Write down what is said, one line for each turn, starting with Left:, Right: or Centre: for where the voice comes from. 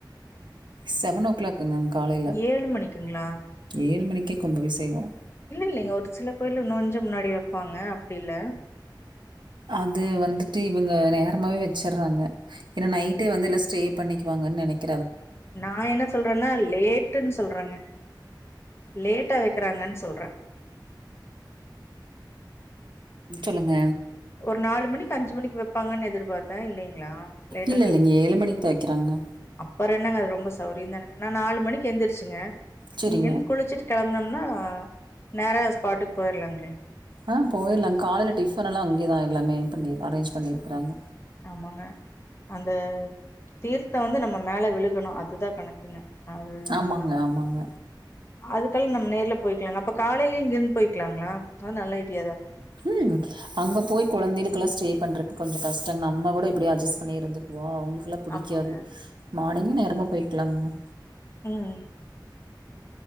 Right: செவன் ஓ கிளாக்ங்க காலையில
Left: ஏழு மணிக்குங்களா
Right: ஏழு மணிக்கே கும்பாபிஷேகம்
Left: நீங்க <inaudible> <inaudible> முன்னாடி வப்பாங்க அப்டி இல்ல
Right: அது வந்துட்டு இவங்க நேரமாவே வச்சுடுறாங்க ஏன்னா நைட்டே வந்து இல்ல ஸ்டே பண்ணிக்குவாங்கன்னு நெனைக்கி
Left: நான் என்ன சொல்றேன்னா லேட்டுன்னு சொல்றேங்க லேட்டா வைருக்கறாங்கன்னு சொல்றேன்
Right: சொல்லுங்க
Left: ஒரு நாலு மணிக்கு அஞ்சு மணிக்கு வைப்பாங்கன்னு எதிர்பார்த்தேன் இல்லைங்களா லேட்டா
Right: இல்ல இல்ல இங்க ஏழு மணிக்கு தா வைக்கிறாங்க
Left: வர என்னங்க அது ரொம்ப சவுரியம் த என்னங்க நாலு மணிக்கு எழுிரருச்சுங்க
Right: செரிங்க
Left: இங்கன்னு குளிச்சட்டு க னம்னா நேர ஸ்பாட்டுக்கு போயிடலாங்களே
Right: ஆ போயிரலாங்க காலயில டிஃபன் எல்லாம் அங்கேதான் எல்லாமே பண்ணி அரேஞ்ச் பண்ணிருக்கறாங்க
Left: ஆமாங்க அந்த தீர்த்தம் வந்து நம்ம மேல விழுகணும் அதுதான் கணக்குங்க அது
Right: ஆமாங்க
Left: ஒண்ணுதான்
Right: ஆமாங்க
Left: அதுக்கெல்ல நம்ம நேர்ல போயக்கலாங்க அப்ப கால காலைல இங்கிருந்து போய்கலாங்களா அது நல்ல ஐடியா தாங்க
Right: ம் அங்க போய் கெழந்தைகளுக்குல்லாம் ஸ்டே பண்றதுக்கு கொஞ்சம் கஷ்டங்கம் நம்ம கூட எப்டி அட்ஜஸ்ட் பண்ணி இருந்துக்குவோம் வுக்குள்ள பிடிக்காது
Left: ஆமாங்க
Right: மார்னிங்க நேரமா போயக்கலாங்க
Left: ம்